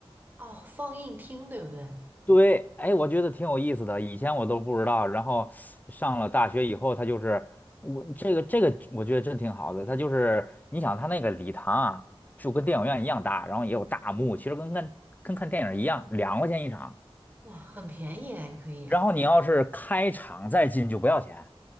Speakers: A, on the right; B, on the left.
A: 哦，放映厅对不对？
B: 对，哎，我觉得挺有意思的，以前我都不知道。然后上了大学以后，它就是我这个这个，我觉得真挺好的。它就是你想，它那个礼堂啊，就跟电影院一样大，然后也有大幕，其实跟看跟看电影一样，两块钱一场。
A: 哇，很便宜啊，你可以啊。
B: 然后你要是开场再进就不要钱。